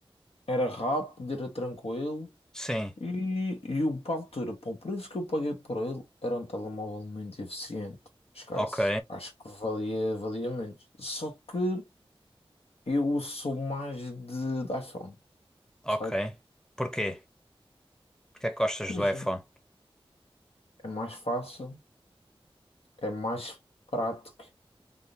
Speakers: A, on the left; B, in the centre.
A: Era rápido, era tranquilo.
B: sim.
A: E, e o para a altura, para o preço que eu paguei por ele, era um telemóvel muito eficiente. Esquece.
B: Ok,
A: Acho que valia, valia muito. Só que eu sou mais de, de iPhone, percebes?
B: ok. Porquê? Porquê é que gostas
A: Imagina,
B: do iPhone?
A: É mais fácil, é mais prático,